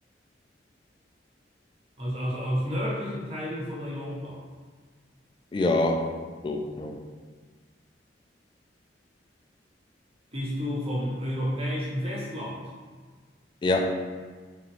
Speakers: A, on the right; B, on the left.
A: Also, also aus nördlichen Teilen von Europa.
B: ja, so, no.
A: Bist du vom europäischen Festland?
B: Ja,